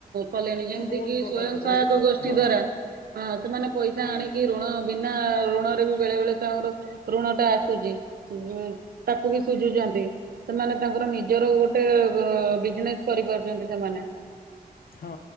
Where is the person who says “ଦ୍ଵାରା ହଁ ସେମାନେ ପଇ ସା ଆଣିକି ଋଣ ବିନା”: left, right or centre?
Right